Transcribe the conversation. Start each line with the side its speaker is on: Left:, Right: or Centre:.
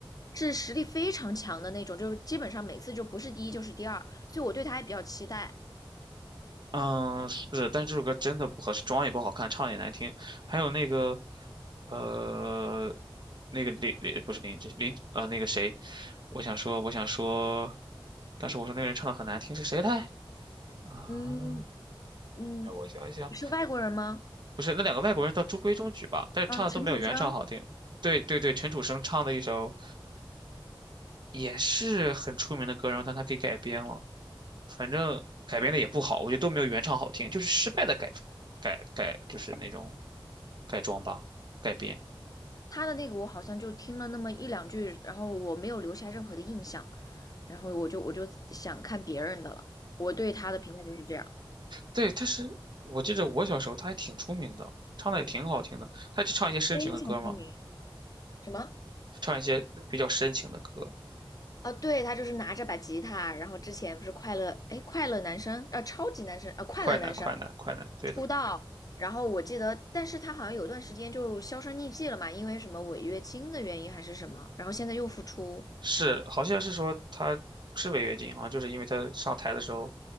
Left: 是实力非常强的那种，就基本上每次就不是第一就是第二，所以我对他也比较期待。
Right: 嗯，是，但这首歌真的不合适，妆也不好看，唱也难听，还有那个，呃，那个林林不是林志林呃那个谁，我想说我想说，当时我说那个人唱的很难听是谁来啊？
Left: 嗯，嗯，
Right: 让我想一想，
Left: 是外国人吗？
Right: 不是那两个外国人倒中规中矩吧，但是唱的都没有原唱好听。
Left: 嗯，陈楚生，
Right: 对对对，陈楚生唱的一首也是很出名的歌，然后但他给改编了。反正改编的也不好，我觉得都没有原唱好听，就是失败的改改改，就是那种改装吧，改编。
Left: 他的那个我好像就听了那么一两句，然后我没有留下任何的印象，然后我就我就想看别人的了。我对他的评价就是这样。
Right: 对，他是我记着我小时候他还挺出名的，唱的也挺好听的。他就唱一些深情的歌嘛，
Left: 非常出名。什么？
Right: 唱一些比较深情的歌，
Left: 啊，对，他就是拿着把吉他，然后之前不是快乐，哎，快乐男生啊，超级男生啊，快乐男生
Right: 快男快男快男，对的，
Left: 出道，然后我记得，但是他好像有段时间就销声匿迹了嘛，因为什么违约金的原因还是什么，然后现在又复出，
Right: 是好像是说他是违约金啊，好像就是因为他上台的时候